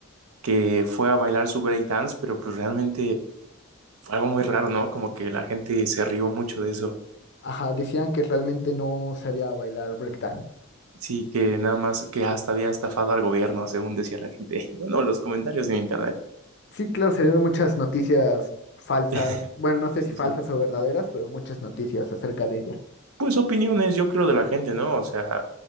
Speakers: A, on the right (about 80°); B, on the left (about 50°).
A: que fue a bailar su breakdance, pero pues realmente fue algo muy raro, ¿no? Como que la gente se rió mucho de eso.
B: Ajá, decían que realmente no sabía bailar breakdance.
A: Sí, que nada más que hasta había estafado al gobierno, según decía la gente. <laughs> Bueno, los comentarios en internet.
B: Sí, claro, se dieron muchas noticias falsas,
A: <laughs>
B: bueno, no sé
A: Sí,
B: si falsas
A: sí.
B: o verdaderas, pero muchas noticias acerca de ella.
A: Pues opiniones, yo creo, de la gente, ¿no? O sea,